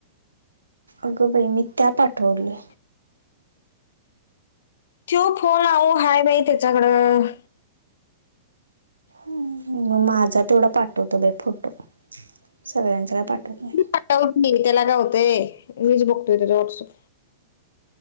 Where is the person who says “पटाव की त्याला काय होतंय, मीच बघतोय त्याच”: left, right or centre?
Left